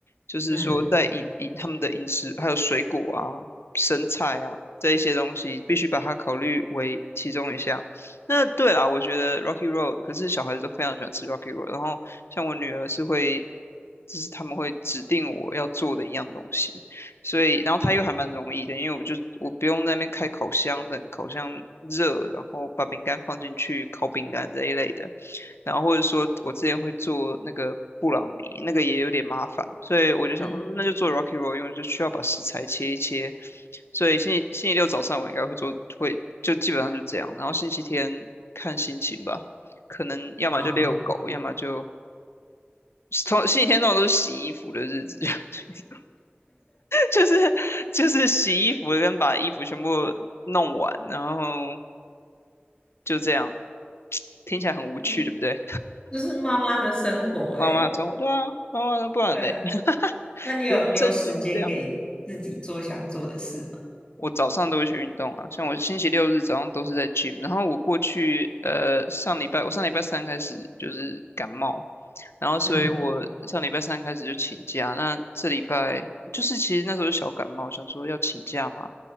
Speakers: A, on the left; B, on the left.
A: 就是说在饮饮他们的饮食，
B: 嗯
A: 还有水果啊、生菜啊这一些东西，必须把它考虑为其中一项。那对啦，我觉得 Rocky Road，可是小孩子都非常喜欢吃 Rocky Road，然后像我女儿是会，就是他们会指定我要做的一样东西。所以然后它又还蛮容易的，因为我就我不用在那边开烤箱等烤箱热，然后把饼干放进去烤饼干这一类的，然后或者说我之前会做那个布朗尼，那个也有点麻烦，所以我就想说嗯那就做
B: 嗯
A: Rocky Roll，因为就需要把食材切一切，所以星期星期六早上我应该会做，会就基本上就这样，然后星期天看心情吧，可能要么就遛狗，
B: 啊，
A: 要么就。通星期天通常都是洗衣服的日子，<laughs> 就是就是洗衣服跟把衣服全部弄完，然后就这样，听起来很无趣，
B: 嗯
A: 对不对？
B: 就是妈妈的生活诶、
A: 妈妈的生活，对啊，妈妈的不然嘞，
B: 对啊，
A: <laughs>
B: 那你有留时间给自己做想做的事吗？
A: 人生就是这样。我早上都会去运动啊，像我星期六日早上都是在 gym，然后我过去呃上礼拜我上礼拜三开始就是感冒，然后所以我上礼拜三开始就请假，
B: 嗯
A: 那这礼拜就是其实那时候小感冒，想说要请假嘛，